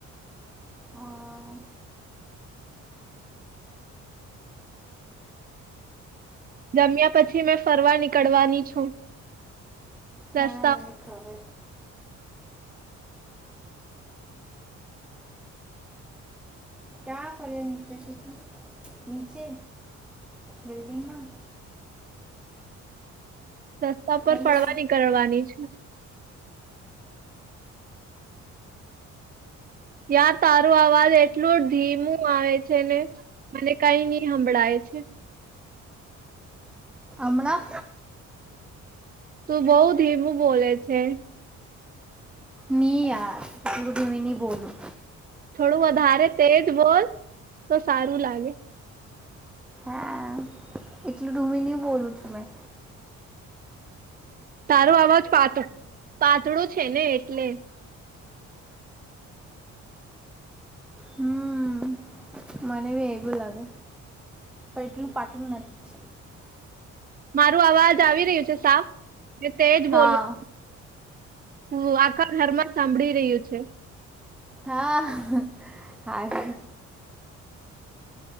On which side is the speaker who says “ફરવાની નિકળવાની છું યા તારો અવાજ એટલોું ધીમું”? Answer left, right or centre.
Right